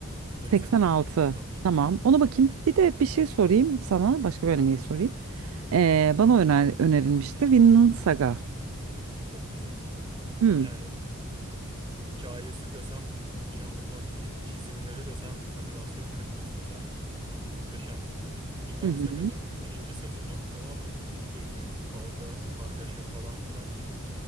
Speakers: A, on the right (about 25°); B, on the right (about 70°).
A: 86
B: 86.
A: bu kadar.
B: Tamam. Ona bakayım.
A: Aynen.
B: Bir de bir şey sorayım sana. Başka bir animeyi sorayım. Ee,
A: Sor.
B: bana öner önerilmişti. Vinland Saga.
A: Çok güzel.
B: Hmm.
A: Yani Hikayesi desem inanılmaz iyi. Çizimleri desem, animasyon kalitesi desem muhteşem. Vinland
B: Hı hı.
A: Saga'nın birinci sezonu tamamen dövüş, kavga, kargaşa falan filan gibi.